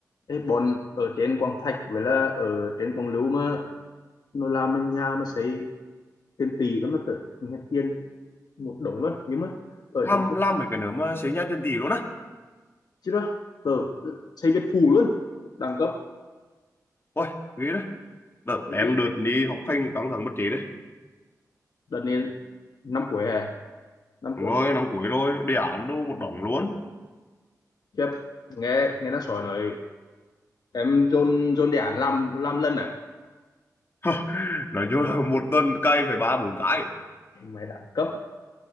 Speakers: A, on the left (about 70°); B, on the left (about 35°).
A: Ê, bọn ở trên Quảng Thạch với là ở trên Quảng Lưu mà nó làm bên nhà mà xây tiền tỷ đó mà tưởng nghe tiền một đống luôn nhưng mà ở
B: làm
A: trên kia
B: làm mấy cái nữa mà xế nhá tiền tỷ luôn á
A: chứ đó tớ ừ, xây biệt phủ luôn đẳng cấp
B: ôi ghê đó đợt
A: Thế
B: em
A: chứ
B: đợt đi học hành căng thẳng bất trí đấy
A: đợt này năm cuối hè năm
B: Đúng
A: cuốn
B: rồi năm cuối rồi đề án đô một đống luôn
A: khiếp nghe nghe nó sỏi nói em dồn dồn đề án làm làm lần à
B: <laughs> nói chung là một tuần cày phải ba bốn cái
A: mày đẳng cấp